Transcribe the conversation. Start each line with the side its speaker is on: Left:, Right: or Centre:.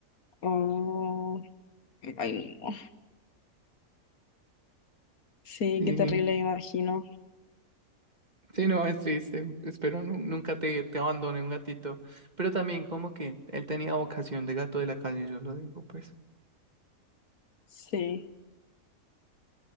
Left: oh, ay, no. Sí,
Right: Sí,
Left: qué terrible, me imagino.
Right: sí, no, es triste. Espero nu- nunca te, te abandone un gatito. Pero también como que él tenía vocación de gato de la calle, yo lo digo, pues.
Left: Sí.